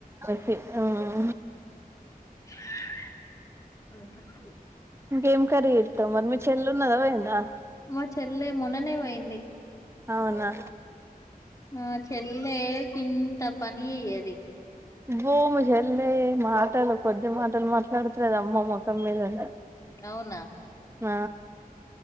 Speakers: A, on the right; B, on the left.
A: హమ్
B: బూ <unintelligible>
A: గేమ్ కర్రీ <unintelligible> మరి మీ చెల్లి ఉన్నద పోయిందా
B: మా చెల్లె మొన్ననే <inaudible>
A: అవునా
B: మా చెల్లె ఇంత పని అయ్యది
A: బోమి చెల్లె మాటలు కొద్ది మాటలు మాట్లాడతలేదు అమ్మ మొఖం మీదనే
B: అవునా
A: ఆ